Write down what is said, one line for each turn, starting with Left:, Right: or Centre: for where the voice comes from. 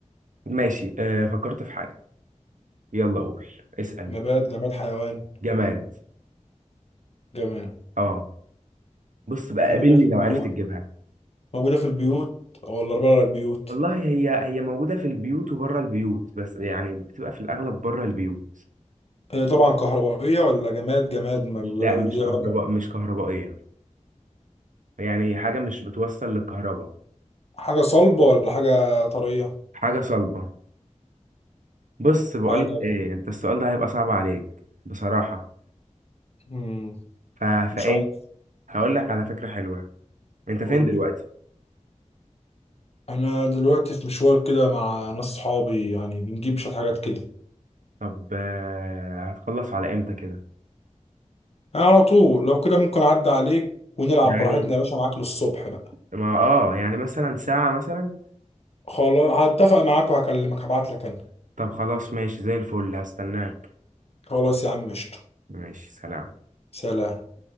Right: ماشي آه فكرت في حاجه يلا قول اسأل
Left: نبات جماد حيوان
Right: جماد
Left: جماد
Right: اه بص بقى قابلني
Left: موجوده في البيوت
Right: لو عرفت تجيبها
Left: موجوده في البيوت ولا بره البيوت
Right: والله هي هي موجودة في البيوت وبره البيوت بس يعني بتبقى في الأغلب بره البيوت
Left: هي طبعا كهربائيه ولا جماد جماد ما بيقولوا
Right: لا مش
Left: ليه
Right: كهرباء
Left: علاقه
Right: مش كهربائية يعني حاجة مش بتوصل للكهرباء
Left: حاجه صلبه ولا حاجه طريه
Right: حاجة صلبة بص بقولك
Left: حاجه
Right: ايه انت السؤال ده هيبقى صعب عليك بصراحة
Left: امم
Right: ف...
Left: مش
Right: فايه
Left: عارف
Right: هقولك على فكرة حلوة انت فين
Left: قول
Right: دلوقتي
Left: لي انا دلوقتي في مشوار كده مع ناس صحابي يعني بنجيب شويه حاجات كده
Right: طب آه، هتخلص على امتى كده
Left: انا على طول لو كده ممكن اعدي عليك ونلعب
Right: يعني
Left: براحتنا يا باشا معاك للصبح بقى
Right: ما اه يعني مثلا ساعة مثلا
Left: خلاص هتفق معاك وهكلمك هبعت لك انا
Right: طب خلاص ماشي زي الفل هستناك
Left: خلاص يا عم قشطة
Right: ماشي سلام
Left: سلام